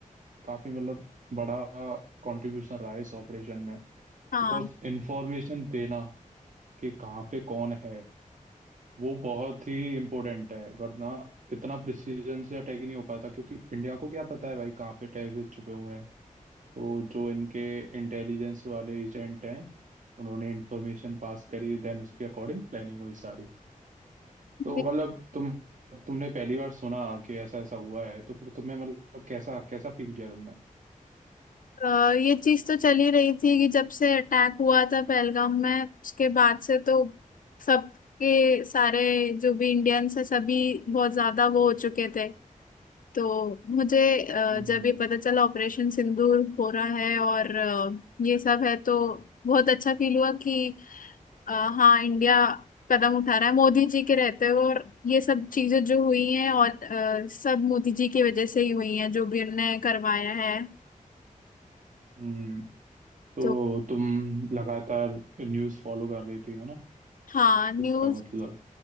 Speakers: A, on the right (about 65°); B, on the left (about 75°).
A: काफी मतलब बड़ा कंट्रीब्यूशन रहा है इस ऑपरेशन में बिकॉज
B: हाँ
A: इंफॉर्मेशन देना कि कहाँ पे कौन है वो बहुत ही इम्पोर्टेंट है वरना इतना प्रिसीजन से अटैक ही नहीं हो पाता क्योंकि इंडिया को क्या पता है भाई कहाँ पे टेररिस्ट छुपे हुए हैं तो जो इनके इंटेलिजेंस वाले एजेंट हैं उन्होंने इंफॉर्मेशन पास करी देन उसके अकॉर्डिंग प्लानिंग हुई सारी तो
B: दे-
A: मतलब तुम तुमने पहली बार सुना कि ऐसा ऐसा हुआ है तो फिर तुम्हें मतलब कैसा कैसा फील किया तुमने
B: अ, ये चीज तो चल ही रही थी कि जब से अटैक हुआ था पहलगाम में उसके बाद से तो सबके सारे जो भी इंडियंस है सभी बहुत ज्यादा वो हो चुके थे तो मुझे अ,
A: हम्म
B: जब ये पता चला ऑपरेशन सिंदूर हो रहा है और अ, ये सब है तो बहुत अच्छा फील हुआ कि अ, हाँ इंडिया कदम उठा रहा है मोदी जी के रहते हुए और ये सब चीजें जो हुई हैं और अ, सब मोदी जी की वजह से ही हुई हैं जो भी उनने करवाया है
A: हम्म। तो
B: तो
A: तुम लगातार न्यूज़ फॉलो कर रही थी है ना
B: हाँ न्यूज
A: इसका मतलब